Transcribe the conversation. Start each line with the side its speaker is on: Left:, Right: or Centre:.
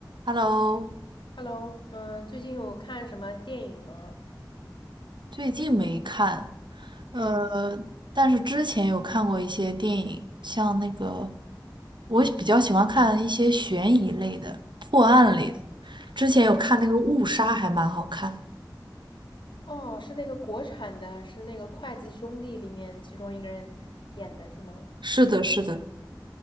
Right: Hello，
Left: Hello，嗯，最近有看什么电影吗？
Right: 最近没看，呃，
Left: 嗯，
Right: 但是之前有看过一些电影，像那个我比较喜欢看一些悬疑类的、破案类的。之前有看那个《误杀》，还蛮好看。
Left: 哦，是那个国产的，是那个筷子兄弟里面其中一个人演的，是吗？
Right: 是的，是的，